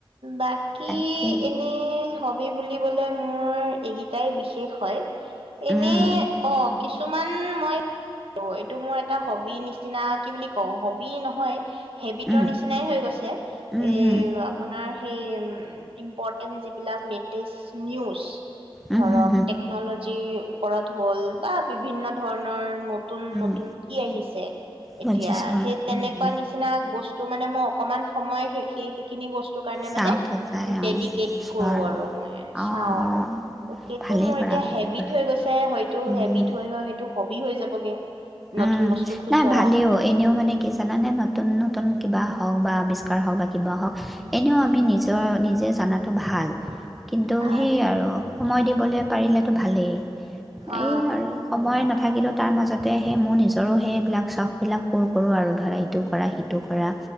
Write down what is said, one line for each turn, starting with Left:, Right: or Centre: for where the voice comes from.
Right: বাকী
Centre: তাকে
Right: এনে হব হেই বুলিবলে মোৰ এইকিটাই বিশেষ হয়, এনে
Centre: উম,
Right: অ, কিছুমান মই অ, এইটো মোৰ এটা হবি নিচিনা কি বুলি কওঁ, হবি নহয় হেবিটৰ
Centre: উম,
Right: নিচিনাই হৈ গৈছে,
Centre: উম,
Right: এই
Centre: হুম,
Right: আপোনাৰ সেই ইম্পৰ্টেণ্ট যিবিলাক লেটেষ্ট নিউজ
Centre: উম,
Right: ধৰক
Centre: হুম, হুম,
Right: টেকনলজ যি ওপৰত হ'ল বা বিভিন্ন ধৰণৰ ম তুন
Centre: উম,
Right: নতুন কি আহিছে, এতিয়া
Centre: বুজিছোঁ অ,
Right: সেই তেনেকুৱা
Centre: উম, হুম,
Right: নিচিনা বচ টো মানে মই অকণমান সময় সেইখি সেইখিনি বস্ টো কাৰণে
Centre: চাওঁতে
Right: মানে
Centre: যায়
Right: দেদিকেট
Centre: অঁ চোৱা
Right: কৰোঁ আৰু মই, চাওঁ
Centre: অঁ
Right: আৰু।
Centre: অঁ
Right: ত' সেইটো
Centre: ভালেই
Right: মোৰ
Centre: কৰা
Right: এতিয়া
Centre: ভালেই
Right: হেবিট
Centre: কৰা
Right: হৈ গৈছে, হয়তো
Centre: উম,
Right: হেবিট হৈ হৈ হয়তো হবি হৈ যাবগে নতুন
Centre: উম,
Right: বস্তু খুচৰা
Centre: নাই ভালেও, এনেও মানে কি জানানে নতুন নতুন কিবা হওঁক বা আবিচ কাৰ <unintelligible> কিবা হওঁক,
Right: উম
Centre: এনেও আমি
Right: উম
Centre: নিজৰ নিজে জানাটো ভাল। কিন্তু
Right: ভাল
Centre: সেই আৰু সময়
Right: তাকে
Centre: দিবলে পাৰিলেতো ভালেই।
Right: অ
Centre: এয়ে আৰু সময় নাথাকিলেও তাৰ মাজত তেয় সে মোৰ নিজৰো সেইবিলাক চখবিলাক পূৰ কৰোঁ আৰু ধৰা ইটো কৰা সিটো কৰা